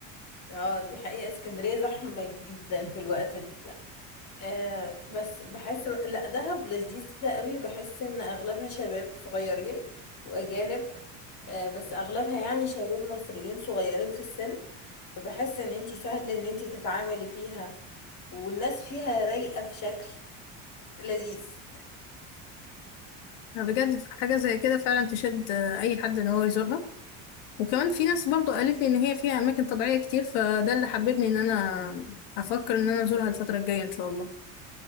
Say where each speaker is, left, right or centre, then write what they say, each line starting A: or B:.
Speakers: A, on the left; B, on the left.
A: اه دي حقيقة اسكندرية زحمة جدا في الوقت ده آه بس بحس لا دهب لذيذة قوي بحس ان اغلبها شباب صغيرين واجانب آه بس اغلبها يعني شباب مصريين صغيرين في السن فبحس ان انتي سهل ان انتي تتعاملي فيها والناس فيها رايقة في شكل لذيذ
B: بجد حاجة زي كده فعلا تشد آه، أي حد إن هو يزورها وكمان في ناس برضو قالت لي ان هي فيها اماكن طبيعيه كتير فده اللي حببني ان انا افكر ان انا ازورها الفتره الجايه ان شاء الله